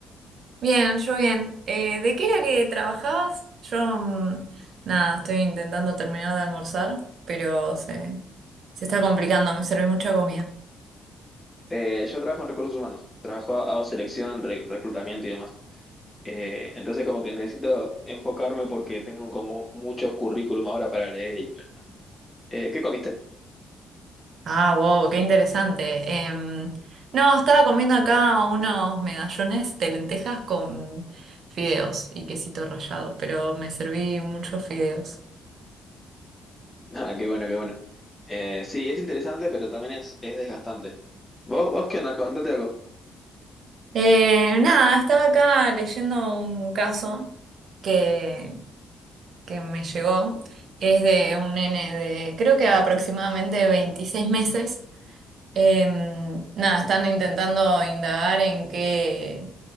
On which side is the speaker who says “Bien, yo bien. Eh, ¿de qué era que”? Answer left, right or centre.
Right